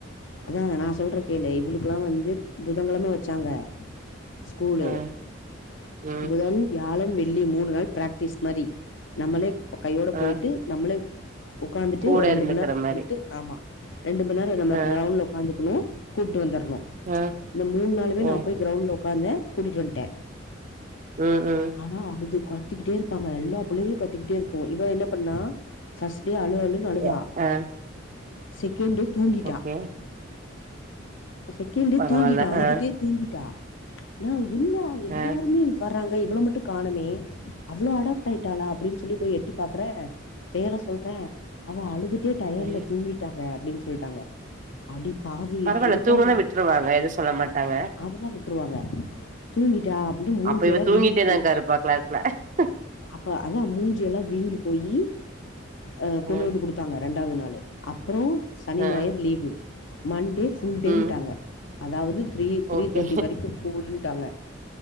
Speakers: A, on the left; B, on the right.
A: அதா நா சொல்ற கேளு இவளுக்ல்லா வந்து புதங்கெழம வெச்சாங்க ஸ்கூலு
B: அ ம்
A: புதன் வியாழன் வெள்ளி மூணு நாள் ப்ராக்டிஸ் மாரி நம்மளே கையோட
B: அ
A: போயிட்டு நம்மளே உக்காந்துட்டு
B: கூட
A: ஒரு ரெண்டு
B: இருந்துக்கிற
A: மண் நேரோ உக்காந்ட்டு
B: மாரி
A: ஆமா ரெண்டு மண் நேர நம்ம
B: அ
A: க்ரௌண்ல உககாந்துக்கணு கூப்ட்டு வந்தரணு
B: அ
A: இந்த மூணு நாளுமே
B: ஓ
A: நா போய் க்ரௌண்ல உக்காந்த கூட்டிட்டு வந்ட்டே
B: ம் ம்
A: ஆனா அழுது கத்தக்கிட்டே இருப்பாங்க எல்லா பிள்ளைகளு கத்தக்கிட்டே இருக்கு இவ என்ன பண்ணா ஃபஸ் டே அழு அழுன்அழுதா
B: எ அ
A: செகெண் டே தூங்கிட்டா
B: ஓகே
A: செகெண்டே
B: பரவால்ல
A: தூங்கிட்டா அழுதுட்டே
B: அ
A: தூங்கிட்டா நா என்னடா
B: அ
A: எல்லாருமே வராங்க இவள மட்டு காணமே அவ்வளோ அடாப்ட்டாய்ட்டாளா அப்படின் சொல்லி போய் எட்டி பாக்குறே பேர்லா சொல்ற அவ அழுதுட்டே டயட்ல
B: ம்
A: தூங்கிட் டாங்க அப்படின் சொல்ட்டாங்க அடி பாவி
B: பரவால்ல
A: இதுக்கா
B: தூங்குனா
A: நானு
B: விட்ருவாங்க எதுவு சொல்ல மாட்டாங்க
A: அதெல்லா விட்ருவாங்க தூங்கிட்டா அப்டினு மூஞ்சியெல்லா
B: அப்ப இவ தூங்கிட்டேதாக்கா
A: வீங்கி போயி
B: <unintelligible>
A: அப்ப அதா மூஞ்சியெல்லா வீங்கி போயி ஆ கொண்டு
B: ம்
A: வந்து குடுத்தாங்க ரெண்டாவது நாளு அப்புறோ சனி
B: அ
A: ஞாயர் லீவு மண்டே ஃபுல்டேன்டாங்க
B: ம்
A: அதாவது த்ரீ த்ரீ
B: ஓகே
A: தேட்டி வரைக்கு ஸ்கூலுன்ட்டாங்க